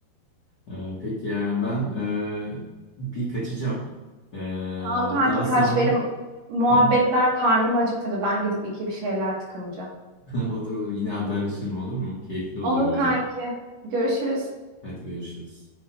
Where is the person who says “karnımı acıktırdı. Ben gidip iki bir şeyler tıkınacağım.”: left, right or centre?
Right